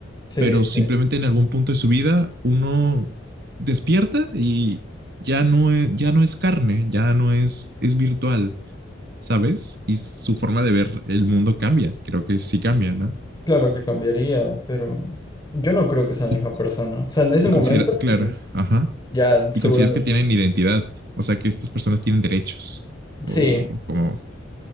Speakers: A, on the left (about 20°); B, on the right (about 55°).
A: Sí,
B: pero
A: sí.
B: simplemente en algún punto de su vida uno despierta y ya no es, ya no es carne, ya no es, es virtual, ¿sabes? Y su forma de ver el mundo cambia, creo que sí cambia, ¿no?
A: Claro que cambiaría, pero yo no creo que sea la
B: Y,
A: misma persona. O sea, en ese
B: y
A: momento,
B: considera, claro,
A: como dices,
B: ajá.
A: ya se
B: ¿Y consideras
A: vuelven personas.
B: que tienen identidad? O sea, que estas personas tienen derechos. O
A: Sí,
B: como,